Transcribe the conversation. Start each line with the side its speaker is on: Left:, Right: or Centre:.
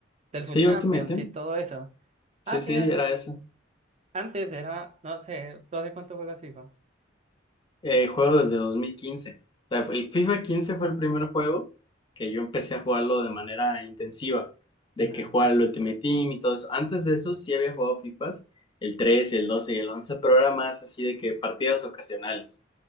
Right: Del
Left: sí,
Right: Food Champions
Left: Ultimate Team.
Right: y todo eso.
Left: Sí,
Right: Ah, sí,
Left: sí,
Right: dale.
Left: era ese.
Right: Antes era, no sé, ¿tú hace cuánto juegas FIFA?
Left: Eh, juego desde 2015. O sea, el FIFA 15 fue el primer juego que yo empecé a jugarlo de manera intensiva, de
Right: No,
Left: que jugaba
Right: sí.
Left: el Ultimate Team y todo eso. Antes de eso sí había jugado FIFAs, el 13, el 12 y el 11, pero era más así de que partidas ocasionales.